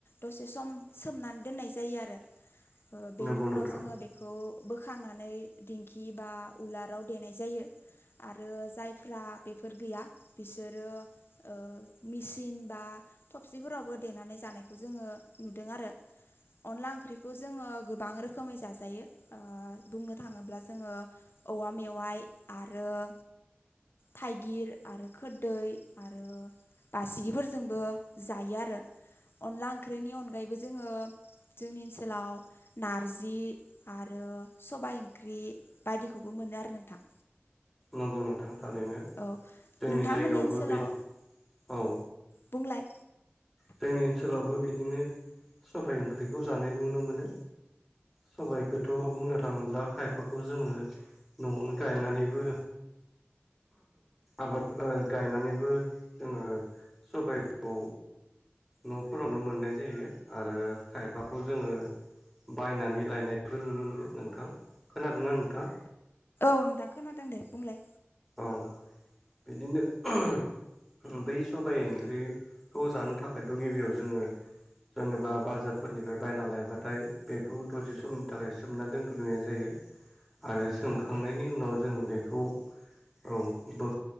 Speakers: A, on the left; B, in the centre.
A: दसे सम सोमनानै दोननाय जायो आरो।
B: <inaudible>
A: ओ बेनि
B: नंगौ
A: उनाव
B: नोंथां
A: जोङो बेखौ बोखांनानै दिंखि बा उलाराव देनाय जायो। आरो जायफ्रा बेफोर गैया बिसोरो ओ मेसिन बा थबसिफोरावबो देनानै जानायखौ जोङो नुदों आरो। अनला ओंख्रिखौ जोङो गोबां रोखोमै जाजायो बुंनो थाङोब्ला जोङो औवा मेवाइ आरोौवव थाइगिर आरो खोरदै आरो बासिगिफोरजोंबो जायो आरो अनला ओंख्रिनि अनगायैबो जोङो जोंनि ओनसोलाव नारजि आरो सबाय ओंख्रि बायदिखौबो मोनो आरो नोंथां
B: नांगौ नोंथां थारैनो
A: औ
B: जोंनि
A: नोंथांमोननि
B: जायगायावबो
A: ओनसोलाव
B: बेदि औ
A: बुंलाय
B: जोंनि ओनसोलावबो बिदिनो सबबाय ओंख्रिखौ जानाय नुनो मोनो सबाइखौथ' बुंनो थाङोब्ला खायफा बेखौ जोङो न'आवनो गायनानैबो आबाद गायनानैबो जोङो सबायखौ न'फोरावनो मोननाय जायो आरो खायफाखौ जोङो बायनानै लायनायबो नुनो मोनो नोंथां खोनादोंना नोंथाङा
A: औ नोंथां खोनादों दे बुंलाय
B: औ बिदिनो बै सबबाय ओंख्रिखौ जानो थाखायथ' गिबियाव जोङो जेनेबा बाजारफोरनिफ्राय बायना लायबाथाय बेखौ दसे समनि थाखाय सोमना दोनग्रोनाय जायो आरो सोमखांनायनि उनाव जोङो बेखौ औ ब